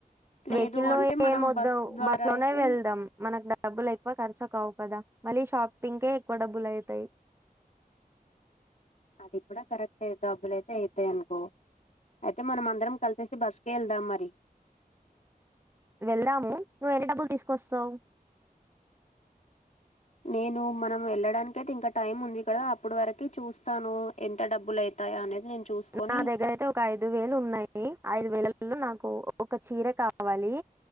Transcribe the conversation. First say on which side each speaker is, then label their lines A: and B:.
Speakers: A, on the left; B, on the right.
A: లేదు
B: వెహికల్ల్లో
A: అంటే మనం
B: ఏ వోడు
A: బస్ ద్వారా
B: బస్సు లోనే
A: అయితే
B: వెళ్దాం మనకు డబ్బులు ఎక్కువ ఖర్చు కావు కదా మళ్ళీ షాపింగ్కే ఎక్కువ డబ్బులు అవుతాయి
A: అది కూడా కరెక్ట్ డబ్బులయితే అయితాయ్ అనుకో అయితే మనం అందరం కలిసేసి బస్కే వెళ్దాం మరి
B: వెళ్దాము నువ్వు ఎన్ని డబ్బులు తీస్కొస్తావ్
A: నేను మనం వెళ్ళడానికైతే ఇంకా టైమ్ ఉంది కదా అప్పుడు వరకి చూస్తాను ఎంత డబ్బులు అయితాయా అనేది నేను చూసుకొని
B: నా దగ్గరయితే ఒక ఐదు వేలు ఉన్నాయి ఐదు వేలు లో నాకు ఒక చీర కావాలి